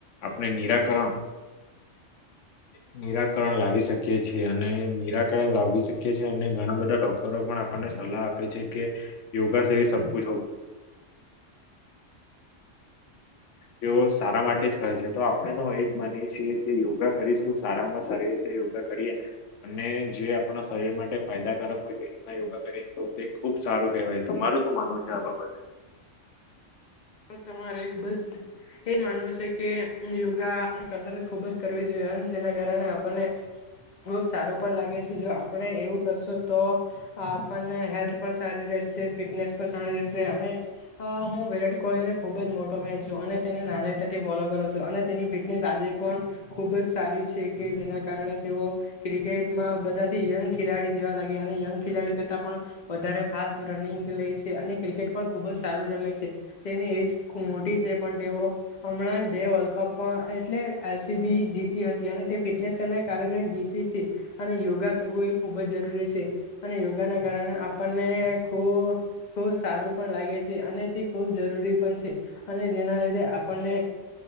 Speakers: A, on the left; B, on the left.
A: આપણે નિરાકરણ <inaudible> નિરાકરણ લાવી શકીએ છીએ. અને નિરાકરણ લાવી શકીએ છીએ અને ઘણા બધા ડોક્ટરો પણ આપ મ સલાહ આપે છે કે યોગા સ સબક હો. તેઓ સારા માટે જ કહે છે તો આપણે તો એજ માનીએ છીએ કે યોગા કરીશું સારામાં સારી રીતે. કરી અને જે આપણા શરીર માટે ફાયદાકારક હોય તે રીતના યોગા કરીએ તો તે ખૂબ. સારું કહેવાય તો મારું શું માનવું છે આ બાબતે.
B: તમારે બજ એજ માનવું છે કે યોગા. સર ખુબ જ કરવી જોઈએ જેના કારણે આપણને. બહુ સારું પણ લાગે છે જો આપણે એવું કરશું તો આપણને હેલ્થ. પણ સારી રહેશે ફિટનેસ પણ સારી રહેશે અને હુંરા. કોને ખુબ જ મોટો ફેનું અને તેને નાતાથી ફોલો કરું છું અને તેની ફિટનેસ આજે પણ ખૂબ જ. સારી છે કે જેના કારણે તેઓ ક્રિકેટમાં બધાથી યંગ ખેલાડી જેવા લાગે અને યંગ. ખેલાડી કરતા પણ વધારે ફાસ્ટ રનિંગ લે છે અને ક્રિકેટ પણ ખુબ જ સારું રમે છે. તેની એજબ મોટી છે પણ તેઓ હમણાં ડે વર્લ્ડ કપ એટલે એસીબી. જીતી હતી અને તે ફિટનેસને કારણે જીતી છે અને યોગા કરવું એ ખુબ જ જરૂરી છે. અને યોગા ના કારણે આપણને ખ ખુબ સારું પણ લાગે છે અને તે ખૂબ જ. છે અને જેના લીધે આપણને.